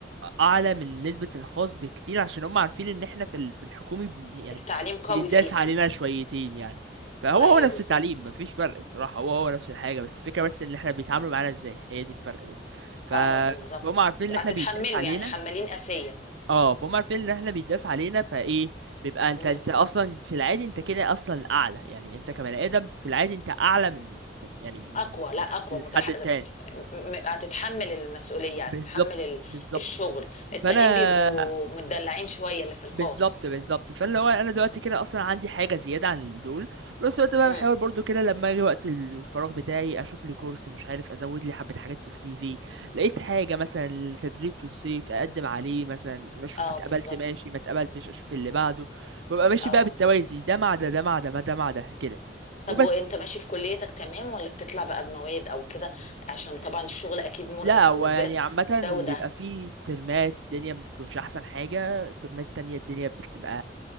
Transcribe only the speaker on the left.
التعليم قوي
فيها
ايوه
بالظبط
اه بالظبط
هتتحمله
يعني حمالين قاسية
امم
اقوى لا اقوى
متح...
م- م- هتتحمل المسؤولية
هتتحمل ال-
الشغل التانيين
بيبقوا متدلعين شوية اللي في الخاص
امم
اه
بالظبط
اه
طب
وانت ماشي في كليتك تمام ولا بتطلع بقى بمواد او كده عشان طبعا الشغل اكيد مرهق
بالنسبة
لك
ده وده